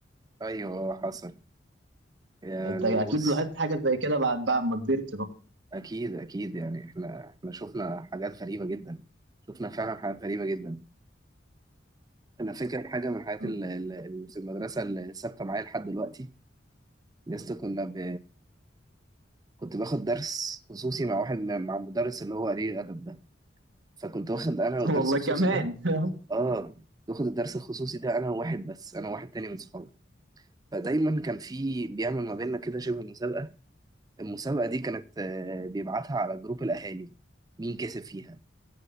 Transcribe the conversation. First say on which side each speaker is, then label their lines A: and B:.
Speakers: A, on the right (about 20°); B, on the right (about 90°).
A: ايوه آه، حصل يعني
B: انت اكيد
A: بص
B: لاحظت حاجه زي كده بعد بعد ما كبرت بقى
A: اكيد اكيد يعني احنا احنا شفنا حاجات غريبة جدا شفنا فعلا حاجات غريبة جدا انا فاكر حاجة من الحاجات
B: <laughs>
A: اللي اللي- اللي في المدرسة اللي ثابتة معايا لحد دلوقتي لسه كنا ب... كنت باخد درس خصوصي مع واحد مع مدرس اللي هو قليل الادب ده فكنت واخد انا الدرس
B: والله
A: الخصوصي
B: كمان
A: ده
B: <laughs>
A: اه باخد الدرس الخصوصي ده انا وواحد بس انا واحد تاني من صحابي فدايما كان في بيعمل ما بيننا كده شبه مسابقه المسابقه دي كانت آه، بيبعتها على جروب الاهالي مين كسب فيها